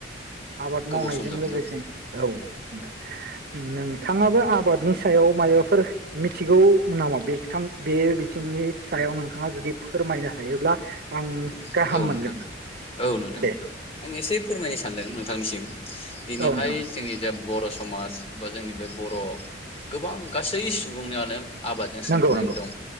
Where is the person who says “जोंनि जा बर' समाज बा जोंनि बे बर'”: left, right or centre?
Left